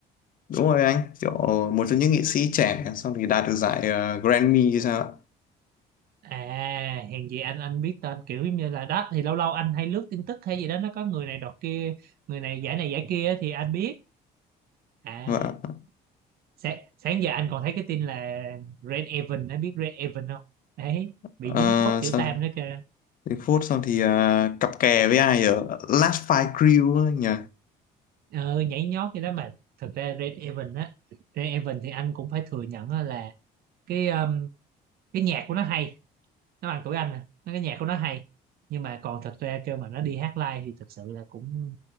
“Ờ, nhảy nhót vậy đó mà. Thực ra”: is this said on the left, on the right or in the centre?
Right